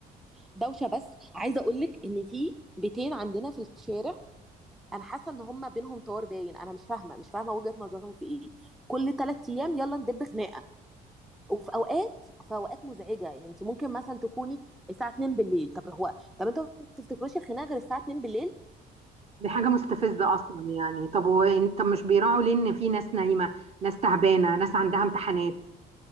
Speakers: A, in the centre; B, on the right (about 35°).
A: دوشه بس عايزه اقول لك ان في بيتين عندنا في الشارع انا حاسه ان هم بينهم طار باين انا مش فاهمه مش فاهمه وجهه نظرهم في ايه كل ثلاث ايام يلا ندب خناقه وفي اوقات في اوقات مزعجه يعني انت ممكن مثلا تكوني الساعه 2 بالليل طب هو طب انتوا ما بتفتكروش الخناقه غير الساعه 2 بالليل
B: دي حاجه مستفزه اصلا يعني طب هو إن- طب مش بيراعوا ليه ان في ناس نايمه ناس تعبانه ناس عندها امتحانات